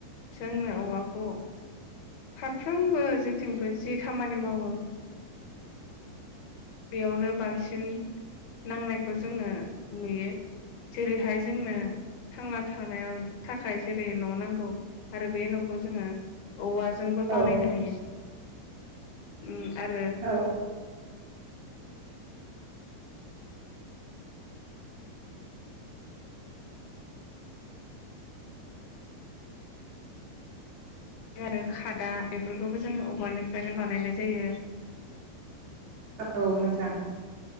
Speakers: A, on the left; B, on the right.
A: जोंनो औवाखौ फारफ्रोमबो जेथिंबो जि खामानि मावो बेयावनो बांसिन नांनायखौ जोङो नुयो, जेरैहाय जोंनो थांना थानायाव थाखाय जेरै न' नांगौ आरो बे न'खौ जोङो औवाजोंबो
B: औ
A: बानायनो हायो। उम आरो
B: औ
A: आरो खादा बेफोरखौबो जोङो औवानिफ्रायनो बानायनाय जायो।
B: औ नोंथां।